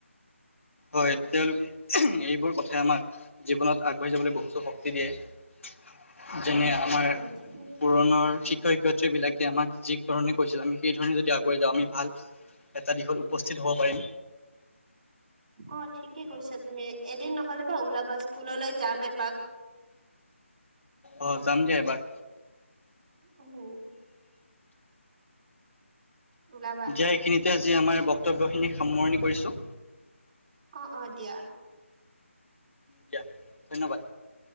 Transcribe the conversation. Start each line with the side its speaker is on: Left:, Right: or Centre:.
Left: হয় তেওঁলোকে <unintelligible> এইবোৰ কথাই আমাক জীৱনত আগবাঢ়ি যাবলে বহুতো শক্তি দিয়ে। যেনে আমাৰ
Right: উম, ঠিকে
Left: পুৰণৰ শিক্ষয় সেইবিলাকে আমাক যি কাৰণে কৈছিল আমি সেই আমি যদি আগুৱাই যাওঁ আমি ভাল এটা দিশত উপস্থিত হ'ম। পাৰিম।
Right: অ ঠিকে কৈছা তুমি। এদিন নহ'লে বা ওলাবা স্কুললৈ যাম এপাক।
Left: অ জাম দিয়া এপাক।
Right: উম, ওলাবা
Left: যাইখিনিতে আজি আমাৰ বক্তব্যখিনি সামৰণি কৰিছোঁ।
Right: অ অ দিয়া।
Left: দিয়া ধন্যবাদ।